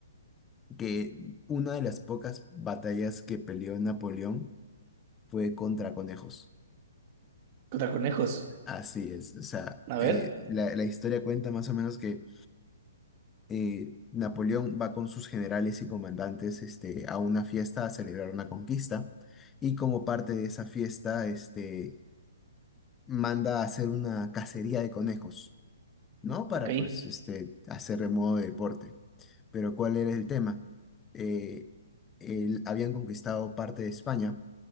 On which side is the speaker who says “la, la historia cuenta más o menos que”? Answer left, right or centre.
Left